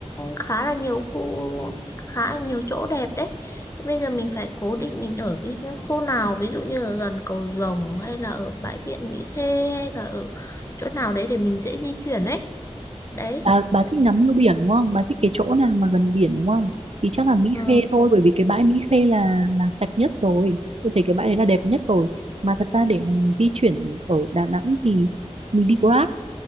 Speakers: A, on the left; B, on the right.
A: khá là nhiều khu, khá là nhiều chỗ đẹp đấy. Thì bây giờ mình phải cố định mình ở cái khu nào, ví dụ như là gần cầu Rồng hay là ở bãi biển Mỹ Khê hay là ở chỗ nào đấy để mình dễ di chuyển ấy. Đấy,
B: bà bà thích ngắm nước biển đúng không bà thích cái chỗ nào mà gần biển đúng không thì chắc là Mỹ
A: ừ,
B: Khê thôi bởi vì cái bãi Mỹ Khê là là sạch nhất rồi tôi thấy cái bãi đấy là đẹp nhất rồi mà thật ra để mà di chuyển ở Đà Nẵng thì mình đi Grab